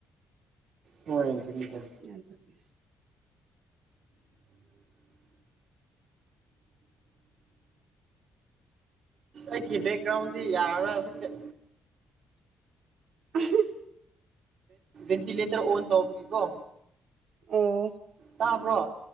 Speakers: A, on the right; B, on the right.
A: ꯍ ꯃꯤꯗ
B: ꯑꯗꯨꯒꯤ
A: ꯑꯦ ꯀ ꯦꯛꯀꯒ꯭ꯔꯥꯎꯟꯗꯤ ꯏꯔ <unintelligible> <unintelligible>
B: ꯑ
A: ꯦꯟꯇꯤꯂꯦꯇꯔ ꯑꯣꯟ ꯇꯒꯒꯣ
B: ꯑꯣ
A: ꯇꯥꯕ꯭ꯔꯣ